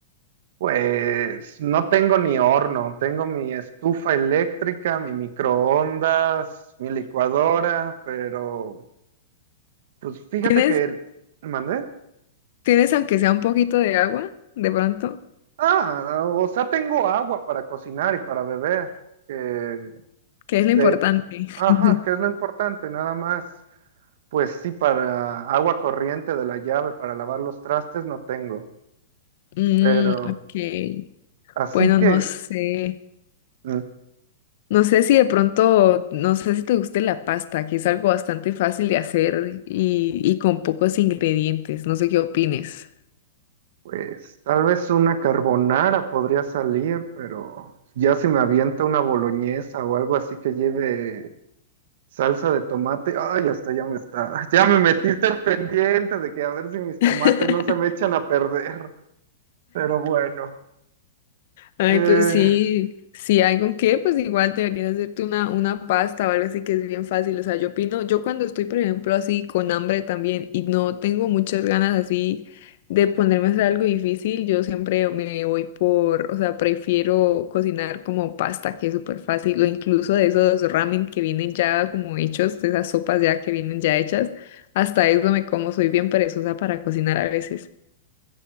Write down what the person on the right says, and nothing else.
pues no tengo ni horno, tengo mi estufa eléctrica, mi microondas, mi licuadora, pero pues fíjate
que mandé.
Ah, o sea, tengo agua para cocinar y para beber, que
eh, Ajá,
que es lo importante, nada más. Pues sí, para agua corriente de la llave, para lavar los trastes no tengo,
pero
así
que,
mm,
pues tal vez una carbonara podría salir, pero ya si me avienta una boloñesa o algo así que lleve salsa de tomate, ay, hasta ya me está, <laughs> ya me metiste al pendiente de que a ver si mis tomates
no se me echan a perder, pero bueno,
eh,